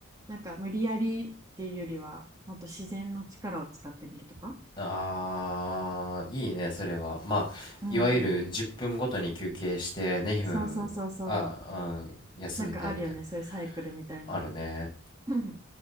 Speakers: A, on the right; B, on the left.
A: なんか無理やりっていうよりは、もっと自然の力を使ってみるとか。
B: あー、いいね、それは。まあ、
A: うんうん、
B: いわゆる10分ごとに休憩してね分、
A: そうそうそうそう。
B: あ、うん、休んでみたいな。
A: なんかあるよね、そういうサイクルみたいな。
B: あるね。
A: <laughs>